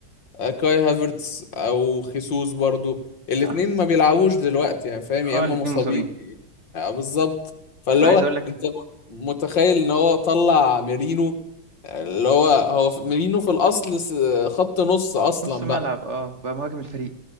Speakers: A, on the left; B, on the right.
A: آه، كاي هافرتس او خيسوس برضو الاتنين
B: اخس
A: ما بيلعبوش دلوقتي يعني فاهم يا
B: اه
A: اما
B: الاتنين
A: مصابين
B: مصابين
A: آه، بالظبط فاللي
B: ما
A: هو
B: عايز اقول لك
A: انت م- متخيل ان هو طلع ميرينو آه، اللي هو هو في- ميرينو في الاصل س- خط نص اصلا
B: نص ملعب
A: بقى
B: اه بقى مهاجم الفريق